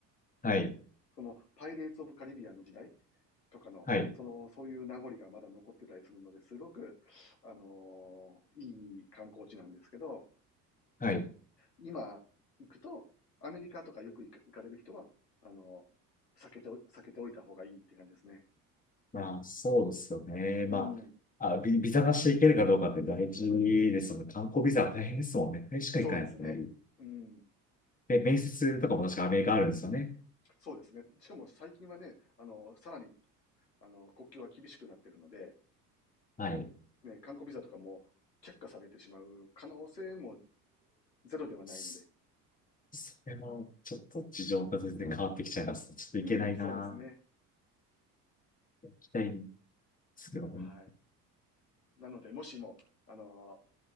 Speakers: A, on the left; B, on the left.
A: はい。
B: その、パイレーツ・オブ・カリビアンの時代とかの、
A: はい。
B: その、そういう名残がまだ残ってたりするので、すごく、あの、いい観光地なんですけど、
A: はい。
B: 今行くと、アメリカとかよく行か、行かれる人は、あの、避けてお、避けておいた方がいいって感じですね。
A: まあ、そうですよね。まあ、
B: うん、
A: あ、ビ、ビザなしで行けるかどうかって大事ですよね。観光ビザは大変ですもんね。大れしか行かないとね。
B: そうですね。うん、
A: で、面接とかも確かアメリカあるんですよね。
B: そうですね。しかも最近はね、あの、さらに、あの、国境は厳しくなってるので、
A: はい。
B: ね、観光ビザとかも却下されてしまう可能性もゼロではないので。
A: そそれも、ちょっと事情が全然変わってきちゃいます。ちょっと行けないな。
B: うん、そうですね。
A: 行きたいんですけども。
B: はい。なので、もしも、あの、